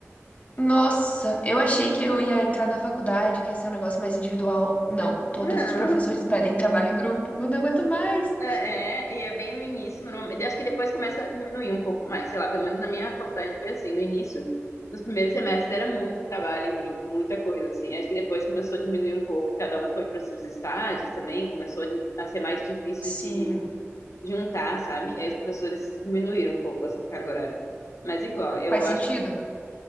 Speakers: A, on the left (about 30°); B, on the left (about 70°).
A: Nossa, eu achei que eu ia entrar na faculdade, que ia ser um negócio mais individual. Não, todos
B: Não,
A: os professores pedem trabalho em grupo. Eu não aguento mais.
B: É, é, e é bem no início, normalmente. Acho que depois começa a diminuir um pouco mais, sei lá, pelo menos na minha faculdade foi assim, no início, nos primeiros semestres era muito trabalho em grupo, muita coisa, assim. Acho que depois começou a diminuir um pouco, cada um foi para os seus estágios também, começou a di- a ser mais difícil
A: Sim,
B: de juntar, sabe? Aí os professores diminuíram um pouco essa carga horária. Mas igual, eu
A: faz
B: acho,
A: sentido.